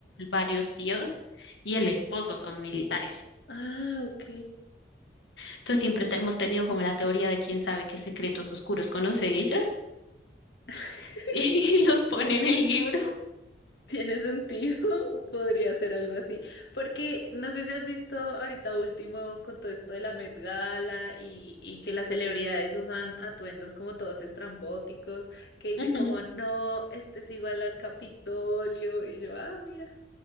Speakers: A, on the left; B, on the left.
A: varios tíos y el esposo son militares.
B: Ah, ok.
A: Entonces siempre te- hemos tenido como la teoría de quién sabe qué secretos oscuros conoce ella
B: <laughs>
A: <laughs> y los pone en el libro.
B: Tiene sentido, <laughs> podría ser algo así, porque no sé si has visto ahorita último con todo esto de la Met Gala y, y que las celebridades usan atuendos como todos estrambóticos, que dicen
A: Ujú.
B: como, no, este es igual al Capitolio, y yo, ah, mira,